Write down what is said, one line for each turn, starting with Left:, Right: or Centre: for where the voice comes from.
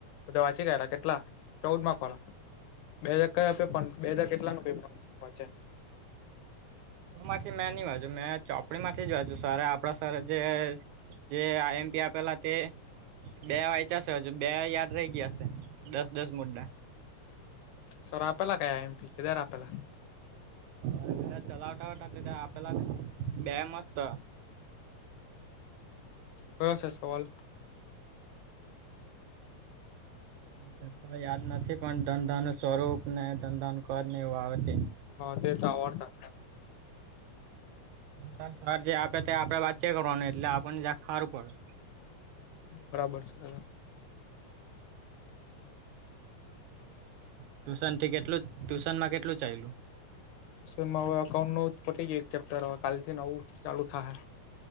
Left: બધા વાંચી ગયેલા કેટલા ચૌદ માં પડ બે હજાર કયા પેપરનું પણ બે હાજાર કેટલા નું વાંચ્યા.
Right: માંથી મેં ની વાંચુ મેં ચોપડી માંથી જ વાંચુ સરે આપણા સરે જે જે આઈએમપી આપેલા તે બે વાચાશે હજુ બે યાદ રહી ગયા હશે. દસ દસ મુદ્દા
Left: સર આપેલા કયા એમપી કેધાર આપેલા.
Right: હ બધા ચલાવટ આપેલા બે મસ્ત.
Left: કાયો સે સવાલ
Right: હ તો યાદ નથી પણ ધંધા નું સ્વરૂપ ને ધંધા નું કર ને એવું આવે તે.
Left: હા તે તો આવડતા
Right: સર જે આપે ત આપડે વાંચ્યા કરવાનું એટલે આપણને જ હારું પડે.
Left: બરાબર સે
Right: ટ્યુશન થી કેટલું ટ્યુશન માં કેટલું ચાલલું
Left: સનમાં હવે અઉન્ટમાનુ પટી ગયું એક ચેપ્ટર હવે કાલ થી નવું ચાલુ થાહે